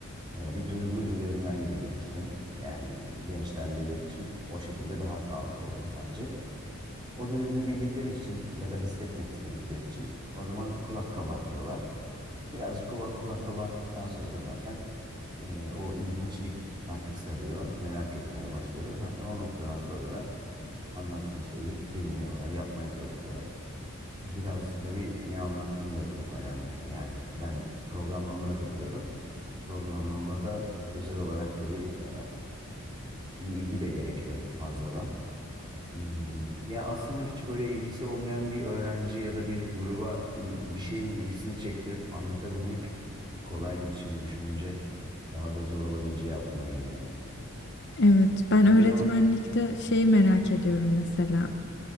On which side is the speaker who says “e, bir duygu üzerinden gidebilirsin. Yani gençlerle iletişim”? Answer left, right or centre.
Right